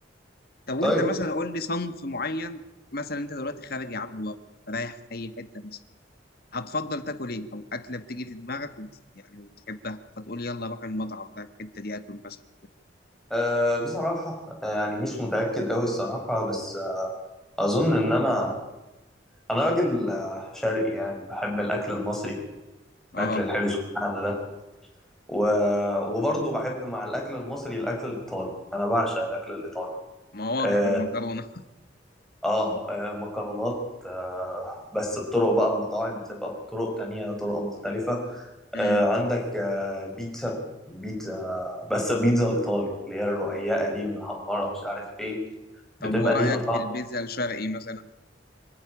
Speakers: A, on the left; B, in the centre.
A: طب وانت
B: طيب
A: مثلا قول لي صنف معين مثلا انت دلوقتي خارج يا عم بره رايح في اي حته مثلا هتفضل تاكل ايه او اكله بتيجي في دماغك وبت... يعني وبتحبها فتقول يلا اروح المطعم ده الحته دي اكل مثلا
B: آه، بصراحة آه، يعني مش متأكد قوي الصراحة بس آه، أظن إن أنا انا راجل آه، شرقي يعني بحب الاكل المصري الاكل
A: اه
B: الحرش بتاعنا ده و... وبرضه بحب مع الاكل المصري الاكل الايطالي انا بعشق الاكل الايطالي
A: ما واضح
B: اه,
A: من المكرونه
B: آه آه، مكرونات آه بس بطرق بقى المطاعم بتبقى بطرق تانية طرق مختلفة
A: <laughs>
B: آه عندك
A: امم
B: آه البيتزا البيتزا بس البيتزا الإيطالي اللي هي الرقيقة دي المحمرة مش عارف إيه بتبقى
A: طب ورايك
B: ليها طعم
A: في البيتزا الشرقي مثلا